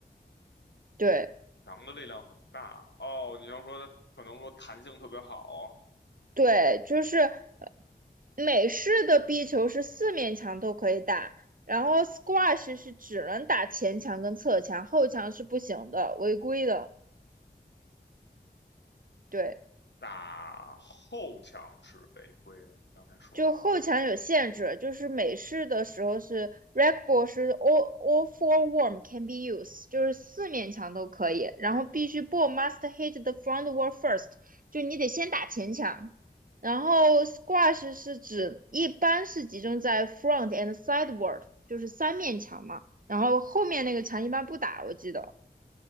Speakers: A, on the right; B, on the left.
A: 对
B: 羊的力量很大哦。你要说它可能说弹性特别好，
A: 对，就是美式的壁球是四面墙都可以打，然后 squash 是只能打前墙跟侧墙，后墙是不行的，违规的。对。
B: 打后墙是违规的，你刚才说
A: 就后墙有限制，就是美式的时候是 rec ball 是 all all four warm can be used，就是四面墙都可以，然后必须 ball must hit the front wall first，就你得先打前墙。然后 squash 是指一般是集中在 front and sideward，就是三面墙嘛，然后后面那个墙一般不打，我记得。